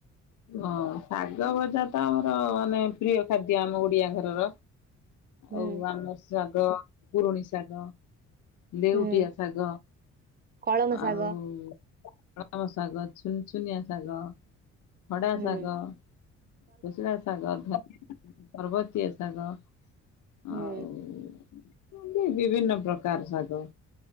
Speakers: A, on the left (about 80°); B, on the right (about 30°).
A: ହଁ ଶାଗ ଭ ତ ଆମର ମାନେ ପ୍ରିୟ ଖାଦ୍ୟ ଆମ ଓଡିଆ ଘରର।
B: ହୁଁ
A: ଆଉ ଆମର୍ ଶାଗ ପୁରୁଣୀ ଶାଗ। ଲେଉଟିଆ
B: ହୁଁ
A: ଶାଗ
B: କଳମ
A: ଆଉ
B: ଶାଗ
A: କଳମ ଶାଗ। ସୁନ୍ସୁନିଆ ଶାଗ। ଖଡା
B: ହୁଁ
A: ଶାଗ, ସୁଜୁନା ଶାଗ ଧ ପର୍ବତୀଆ ଶାଗ
B: ହୁଁ
A: ଆଉ ଏମିତି ବିଭିନ୍ନ ପ୍ରକାର ଶାଗ।